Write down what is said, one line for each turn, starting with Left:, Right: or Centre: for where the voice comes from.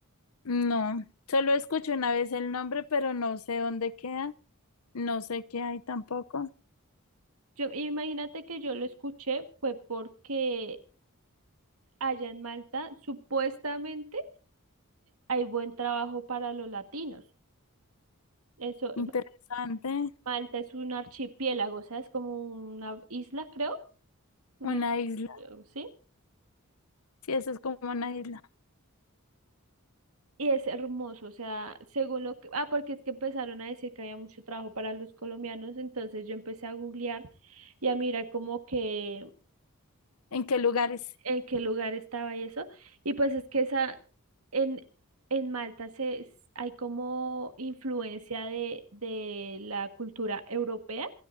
Left: No, solo escuché una vez el nombre, pero no sé dónde queda. No sé qué hay tampoco.
Right: Yo, imagínate que yo lo escuché fue porque allá en Malta supuestamente hay buen trabajo para los latinos. Eso,
Left: Interesante.
Right: Malta es un archipiélago, o sea, es como una isla, creo Una
Left: Una
Right: archipiélago,
Left: isla.
Right: ¿sí?
Left: Sí, eso es como una isla.
Right: Y es hermoso, o sea, según lo que... Ah, porque es que empezaron a decir que había mucho trabajo para los colombianos, entonces yo empecé a googlear y a mirar como que
Left: ¿En qué lugares?
Right: en qué lugar estaba y eso. Y pues es que esa, en, en Malta se, s- hay como influencia de, de la cultura europea,